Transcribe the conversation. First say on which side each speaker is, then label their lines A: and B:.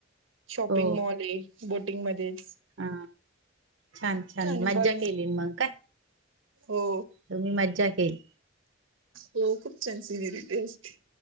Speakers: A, on the right; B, on the right.
A: शॉपिंग
B: हो
A: मॉल आहे बोटिंगमध्येच.
B: हा छान छान
A: आहे
B: मज्जा
A: बघ
B: केली मग का?
A: हो.
B: तुम्ही मज्जा केली.
A: हो खूप छान सिनेरीटी असते.